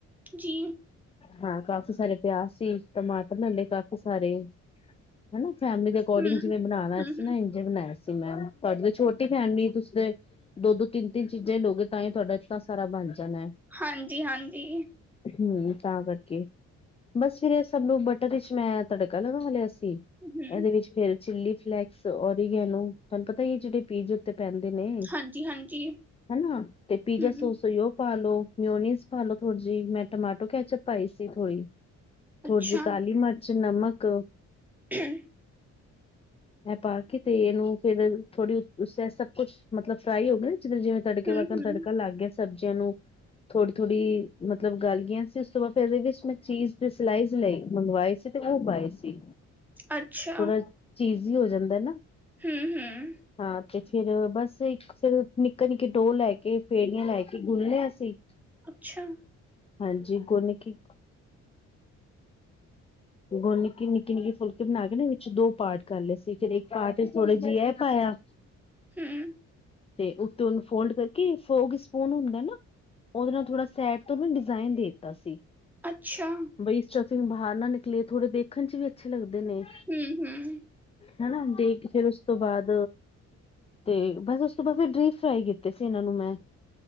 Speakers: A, in the centre; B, on the left.
A: ਜੀ।
B: ਹਾਂ ਕਾਫੀ ਸਾਰੇ ਪਿਆਜ ਸੀ ਟਮਾਟਰ ਲੈੇ ਕਾਫੀ ਸਾਰੇ ਹਨਾ ਫੈਮਿਲੀ ਦੇ ਅਕੋਰਿੰਡਿਗ
A: ਹਮ
B: ਜਿਵੇਂ ਬਣਾਉਣਾ
A: ਹਮ
B: ਸੀ ਨਾ। ਬਣਾਇਆ ਸੀ ਮੈਂ ਤੁਹਾਡੀ ਤਾਂ ਛੋਟੀ ਫੈਮਲੀ ਤੁਸੀਂ ਤੇ ਦੋ ਦੋ ਤਿੰਨ ਤਿੰਨ ਚੀਜ਼ਾਂ ਲੋਗੇ, ਤਾਂ ਹੀ ਤੁਹਾਡਾ ਇਤਨਾਂ ਸਾਰਾ ਬਣ ਜਾਣਾ ਹੈ।
A: ਹਾਂਜੀ ਹਾਂਜੀ।
B: ਹੂੰ, ਤਾਂ ਕਰਕੇ ਬਸ ਫਿਰ ਸਭ ਨੂੰ ਬਟਰ ਵਿਚ ਮੈਂ ਤੜਕਾ ਲਗਾ ਲਿਆ ਸੀ
A: ਹਮ
B: ਇਹਦੇ ਵਿੱਚ ਫਿਰ ਚਿੱਲੀ ਫਲੇੈਕਸ ਔਰਗੈਨੋ ਤੁਹਾਨੂੰ ਪਤਾ ਹੀ ਐ ਜਿਹੜੇ ਪੀਜ਼ੇ ਉੱਤੇ ਪੈਂਦੇ ਨੇ,
A: ਹਾਂਜੀ ਹਾਂਜੀ
B: ਹਨਾ ਤੇ ਪੀਜ਼ਾ
A: ਹਮ
B: ਸੌ ਉਹ ਪਾ ਲੋ ਮਿਓਨੀਸ ਪਾ ਲੋ ਥੋੜੀ ਜੀ ਮੈਂ ਟਮਾਟੋ ਕੈਚਪ ਪਾਈ ਸੀ ਥੋੜੀ। ਥੋੜੀ
A: ਅੱਛਾ
B: ਜਿਹੀ ਕਾਲੀ ਮਿਰਚ ਨਮਕ।
A: <unintelligible>
B: ਇਹ ਪਾ ਕੇ ਤੇ ਇਹਨੂੰ ਫਿਰ ਥੋੜੀ ਸਾ ਸਭ ਕੁੱਛ ਮਤਲਬ ਫਰਾਈ ਹੋ ਗਏ ਨਾ ਜਿਵੇਂ ਜਿਵੇਂਂ ਤੜਕੇ
A: ਹੂੰ-ਹੂੰ,
B: ਵਣ ਤੜਕਾ ਲਗ ਗਿਆ। ਸਬਜ਼ੀਆਂ ਨੂੰ ਥੋੜੀ ਥੋੜੀ ਮਤਲਬ ਗਾਲ ਗਈਆਂ ਸੀ, ਉਸ ਤੋਂ ਬਾਅਦ ਫਿਰ ਇਹਦੇ ਵਿੱਚ ਮੈਂ ਚੀਜ਼ ਤੇ ਸਲਾਈਸ ਲਈ ਮੰਗਵਾਏ ਸੀ ਤੇ ਉਹ ਪਾਏ ਸੀ,
A: ਅੱਛਾ,
B: ਥੋੜਾ ਚੀਜੀ ਹੀ ਹੋ ਜਾਂਦਾ ਨਾ।
A: ਹੂੰ ਹੂੰ।
B: ਹਾਂ <unintelligible> ਬਸ ਇੱਕ ਫਿਰ ਨਿੱਕਾ ਨਿੱਕੇ ਡੋਹ ਲੈ ਕੇ, ਫੇੜੀਆਂ ਲੈ ਕੇ ਗੁੰਨਲਿਆ ਸੀ।
A: ਅੱਛਾ।
B: ਹਾਂਜੀ, ਗੁੰਨ ਕੇ ਗੁੰਨ ਕੇ ਨਿੱਕੇ ਨਿੱਕੇ ਫੁਲਕੇ ਬਣਾ ਕੇ ਨਾ ਵਿੱਚ ਦੋ ਪਾਟ ਕਰ ਲਏ ਸੀ, ਫਿਰ ਇੱਕ ਪਾਰਟ ਥੋੜੇ ਜਿਹੇ ਇਹ ਪਾਇਆ।
A: ਹੂੰ,,,
B: ਤੇ ਉੱਤੇ ਉਹਨੂੰ ਫੋਲਡ ਕਰਕੇ, ਫੋਗ ਸਪੂਨ ਹੁੰਦਾ ਨਾ। ਉਹਦੇ ਨਾਲ ਥੋੜਾ ਸੈਡ ਤੋਂ ਨਾ ਡਿਜ਼ਾਇਨ ਦੇਤਾ ਸੀ।
A: ਅੱਛਾ।
B: ਬਈ ਸਟਫਿੰਗ ਬਾਹਰ ਨਾ ਨਿਕਲੇ, ਥੋੜੇ ਦੇਖਣ ਚ ਵੀ ਅੱਛੇ ਲੱਗਦੇ ਨੇ।
A: ਹੂੰ ਹੂੰ।
B: ਹਨਾ ਦੇ ਕੇ ਫਿਰ ਉਸ ਤੋਂ ਬਾਅਦ ਤੇ ਬਸ ਉਸ ਤੋਂ ਬਾਅਦ ਫਿਰ ਡੀਪ ਫਰਾਈ ਕੀਤੇ ਸੀ ਇਹਨਾਂ ਨੂੰ ਮੈਂ